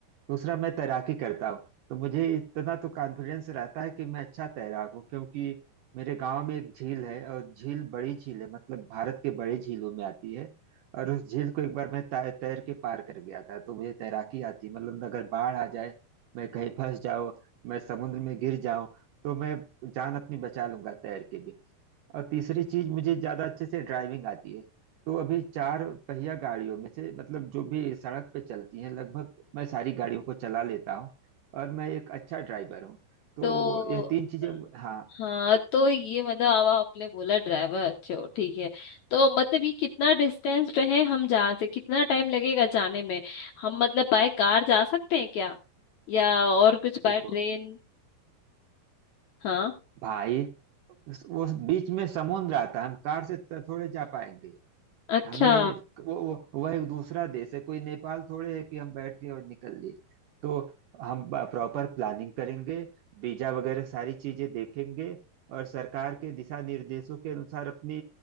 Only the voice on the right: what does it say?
दूसरा मैं तैराकी करता हूँ तो मुझे इतना तो कॉन्फिडेंस रहता है कि मैं अच्छा तैराक हूँ क्योंकि मेरे गांव में एक झील है और झील बड़ी झील है मतलब भारत के बड़े झीलों में आती है और उस झील को एक बार मैं तै- तैर के पार कर गया था तो मुझे तैराकी आती है मतलब अगर बाढ़ आ जाए मैं कहीं फंस जाऊं मैं समुद्र में गिर जाऊं तो मैं जान अपनी बचा लूंगा तैर के भी और तीसरी चीज मुझे ज्यादा अच्छे से ड्राइविंग आती है तो अभी चार पहिया गाड़ियों में से मतलब जो भी सड़क पे चलती हैं लगभग मैं सारी गाड़ियों को चला लेता हूँ और मैं एक अच्छा ड्राइवर हूँ तो
यह तीन चीजें हाँ
देखो
भाई उस- वो बीच में समुद्र आता है हम कार से त- थोड़े जा पाएंगे
हमें वो वो- वह एक दूसरा देश है कोई नेपाल थोड़े है कि हम बैठ गए और निकल लिए तो हम प्रॉपर प्लानिंग करेंगे वीजा वगैरह सारी चीजें देखेंगे और सरकार के दिशा निर्देशों के अनुसार अपनी